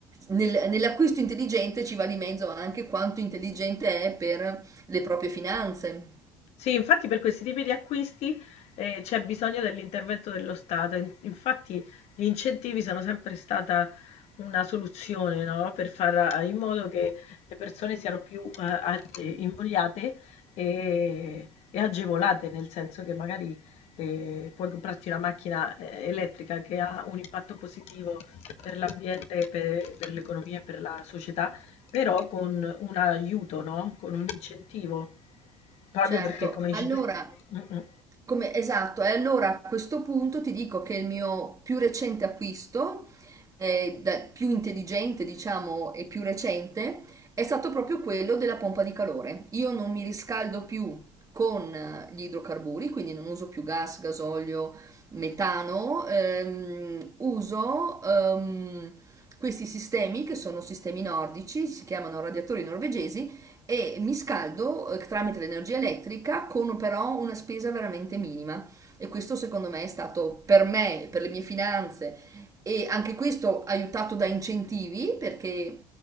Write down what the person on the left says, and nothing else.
Sì, infatti per questi tipi di acquisti eh, c'è bisogno dell'intervento dello Stato. In- Infatti gli incentivi sono sempre stata una soluzione, no? Per fare in modo che le persone siano più eh, a- eh, invogliate e, e agevolate, nel senso che magari eh, puoi comprarti una macchina eh, elettrica che ha un impatto positivo per l'ambiente, per, per l'economia e per la società, però con un aiuto, no? Con un incentivo. Proprio
perché, come dici
tu mh-mh.